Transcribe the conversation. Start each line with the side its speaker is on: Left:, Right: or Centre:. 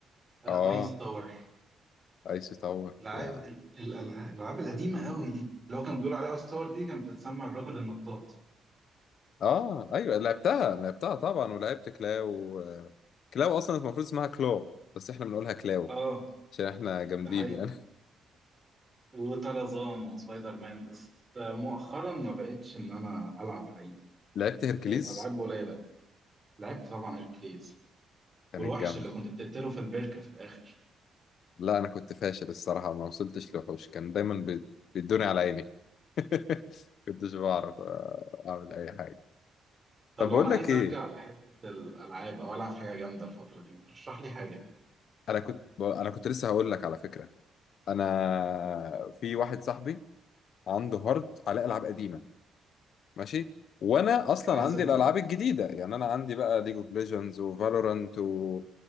Right: آه
Left: اه
Right: ايس تاور
Left: ايس تاور
Right: العاب
Left: يا
Right: ال- ال- الالعاب القديمه قوي دي اللي هو كان بيقول عليها اي ستار دي كانت بتتسمى الرجل النطاط
Left: اه ايوه لعبتها لعبتها طبعا ولعبت كلاو كلاو اصلا المفروض اسمها كلو بس احنا بنقولها كلاو
Right: اه
Left: عشان احنا جامدين
Right: ده حقيقي.
Left: يعني
Right: وطرزان وسبايدر مان بس مؤخرا ما بقتش ان انا العب حقيقي
Left: <laughs> لعبت هيركليز
Right: بقت العاب قليله قوي لعبت طبعا اركليز
Left: كانت
Right: والوحش
Left: جامده
Right: اللي كنت بتقتله في البركه في الاخر
Left: لا انا كنت فاشل الصراحه ما وصلتش لوحوش كان دايما بي- بيدوني على عيني <laughs> كنتش بعرف آه، اعمل اي حاجه
Right: طب
Left: طب
Right: لو
Left: بقول
Right: انا عايز
Left: لك ايه
Right: ارجع لحته الالعاب او العب حاجه جامده الفتره دي ما ترشح لي حاجه كده
Left: انا كنت ب- انا كنت لسه هقول لك على فكره انا في واحد صاحبي عنده هارد على العاب قديمه ماشي وانا اصلا
Right: ده عز
Left: عندي
Right: الطلب
Left: الالعاب الجديده يعني انا عندي بقى ليج اوف ليجندز وفالورانت و